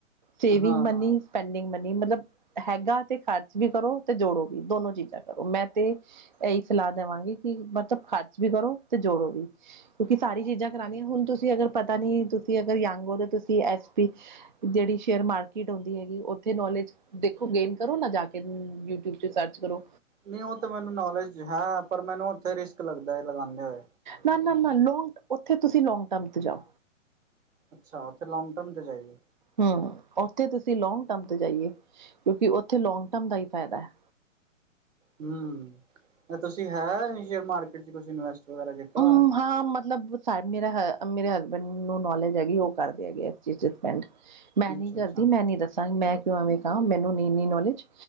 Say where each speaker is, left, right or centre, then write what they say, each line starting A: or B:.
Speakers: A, on the right (about 40°); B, on the right (about 65°).
A: ਸੇਵਿੰਗ
B: ਹਾਂ
A: ਮਨੀ। ਸਪੈਂਡਿੰਗ ਮਨੀ, ਮਤਲਬ ਹੈਗਾ ਤੇ ਖਰਚ ਵੀ ਕਰੋ ਤੇ ਜੋੜੋ ਵੀ ਦੋਨੋ ਚੀਜ਼ਾਂ ਕਰੋ ਮੈਂ ਤੇ। ਇਹੀ ਸਲਾਹ ਦਵਾਂਗੀ ਕਿ ਮਤਲਬ ਖਰਚ ਵੀ ਕਰੋ ਤੇ ਜੋੜੋ ਵੀ। ਕਿਉਂਕਿ ਸਾਰੀ ਚੀਜ਼ਾਂ ਕਰਉਣੀਆਂ। ਹੁਣ ਤੁਸੀਂ ਅਗਰ ਪਤਾ ਨੀ ਤੁਸੀਂ ਅਗਰ ਯੰਗ ਦੇ ਤੁਸੀਂ ਐਸ ਪੀ। ਜਿਹੜੀ ਸ਼ੇਅਰ ਮਾਰਕੀਟ ਹੁੰਦੀ ਹੈਗੀ ਉੱਥੇ ਨੌਲੇਜ। ਦੇਖੋਂ ਗੇਨ ਕਰੋ ਨਾ ਜਾ ਕੇ, ਯੂਟਿਊਬ ਚ ਸਰਚ ਕਰੋਂ।
B: ਨਹੀਂ ਉਹ ਤਾਂ ਮੈਂਨੂੰ ਨੌਲੇਜ ਹੈ, ਪਰ ਮੈਂਨੂੰ ਉੱਥੇ ਰਿਸਕ ਲੱਗਦਾ ਹੈ, ਲਗਾਉਂਦੇ ਹੋਏ‌।
A: ਨਾ- ਨਾ, ਨਾ ਲੋਂਂਗ ਉੱਥੇ ਤੁਸੀਂ ਲੋਂਂਗ ਟਰਮ ਤੇ ਜਾਓ।
B: ਅੱਛਾ, ਉੱਥੇ ਲੋਂਗ ਟਰਮ ਤੇ ਜਾਈਏ।
A: ਹਮ, ਉੱਥੇ ਤੁਸੀਂ ਲੌਂਗ ਟਰਮ ਤੇ ਜਾਈਏ, ਕਿਉਂਕਿ ਉੱਥੇ ਲੌਂਗ ਟਰਮ ਦਾ ਹੀ ਫਾਇਦਾ ਹੈ।
B: ਹੂੰ, ਤੁਸੀਂ ਹੈ ਸ਼ੇਅਰ ਮਾਰਕੀਟ ਚ ਤੁਸੀ ਇਨਵੈਸਟ ਵਗੈਰਾ ਕੀਤਾ
A: ਹਮ
B: ਹੋਇਆ ਹੈ।
A: ਹਾਂ ਮਤਲਬ ਸਾਡੇ ਮੇਰਾ ਮੇਰੇ ਹਸਬੈਂਡ ਨੂੰ ਨੌਲੇਜ ਹੈਗੀ ਉਹ ਕਰਦੇ ਹੈਗੇ ਇਸ ਚੀਜ਼ ਚ ਸਪੈਂਡ ਮੈਂ
B: ਅੱਛਾ
A: ਨੀ ਕਰਦੀ,
B: ਅੱਛਾ
A: ਮੈਂ ਨੀ ਦੱਸਾਂ ਮੈਂ ਕਿਉਂ ਐਵੇਂ ਕਹਾਂ ਮੈਨੂੰ ਨੀ ਇੰਨੀ ਨੌਲੇਜ